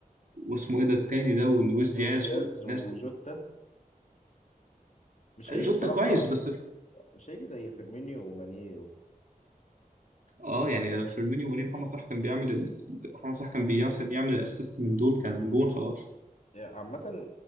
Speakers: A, on the right; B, on the left.
A: واسمه ايه ده التاني ده ولويس
B: لويس
A: دياز
B: دياز
A: والناس
B: وجوتا
A: دي
B: مش هيجي
A: جوتا
B: بصراحه
A: كويس بس في...
B: مش هيجي زي فيرمينيو وماني و-
A: اه يعني فيرمينيو وني محمد صلاح كان بيعمل ال... محمد صلاح كان بي- مثلا يعمل الاسيست من دول كان جون خلاص
B: يعني عامه